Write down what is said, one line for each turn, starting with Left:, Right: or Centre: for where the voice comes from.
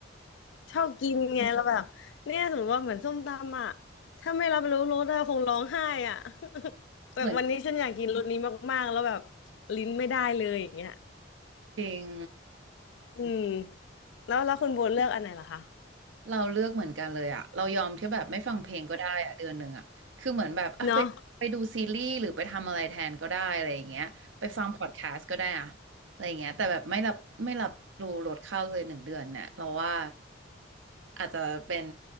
Left: ชอบกินไงเราแบบเนี่ยสมมติว่าเหมือนส้มตำอ่ะถ้าไม่รับรู้รสอะคงร้องไห้อ่ะ <laughs> แบบวันนี้ฉันอยากกินรสนี้มากๆแล้วแบบ
Right: เหมือน
Left: ลิ้นไม่ได้เลยอย่างเงี้ย
Right: เพลง
Left: อืมแล้วแล้วคุณโบเลือกอันไหนล่ะคะ
Right: เราเลือกเหมือนกันเลยอะเรายอมที่แบบไม่ฟังเพลงก็ได้อะเดือนหนึ่งอะคือเหมือนแบบอ่ะไปไปดูซีรีส์หรือไปทำอะไรแทนก็ได้อะไรอย่างเงี้ยไปฟังพอดแคสต์ก็ได้อะอะไรอย่างเงี้ยแต่แบบไม่รับไม่รับรู้ลดข้าวเลยหนึ่งเดือนเนี่ยเราว่า
Left: เนาะ
Right: อาจจะเป็น